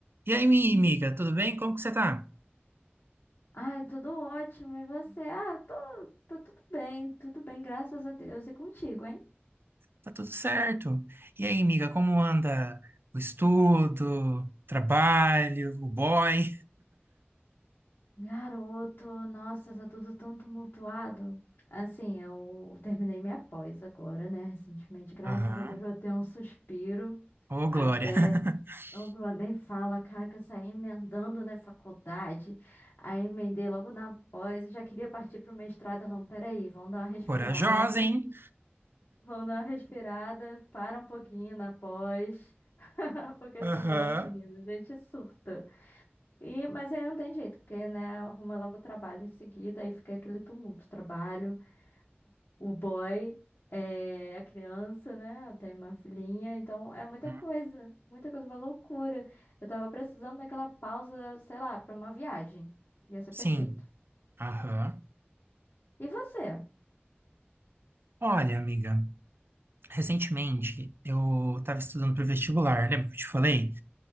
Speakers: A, on the right (about 60°); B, on the left (about 55°).
A: E aí, minha amiga, tudo bem? Como que você tá?
B: Ai, tudo ótimo. E você? Ah, tô, tô tudo bem, tudo bem, graças a Deus. E contigo, hein?
A: Tá tudo certo. E aí, amiga, como anda o estudo, trabalho, o boy?
B: Garoto, nossa, tá tudo tão tumultuado. Assim, eu terminei minha pós agora, né? Recentemente, graças
A: Aham.
B: a Deus, eu tenho um suspiro.
A: Ô,
B: Até,
A: Glória. <laughs>
B: eu nem fala, cara, que eu saí emendando na faculdade. Aí emendei logo na pós e já queria partir pro mestrado. Não, peraí, vamos dar uma respirada.
A: Corajosa, hein?
B: Vão dar uma respirada, para um pouquinho na pós, <laughs> porque
A: Aham.
B: senão, menino, a gente surta. E, mas aí não tem jeito, porque, né, arruma logo o trabalho em seguida, aí fica aquele tumulto, trabalho, o boy, é, a criança, né, eu tenho uma filhinha, então é muita
A: Hum,
B: coisa, muita coisa, uma loucura. Eu tava precisando daquela pausa, sei lá, pra uma viagem, ia ser
A: Sim.
B: perfeito.
A: Aham.
B: E você?
A: Olha, amiga, recentemente eu estava estudando para o vestibular, lembra que eu te falei?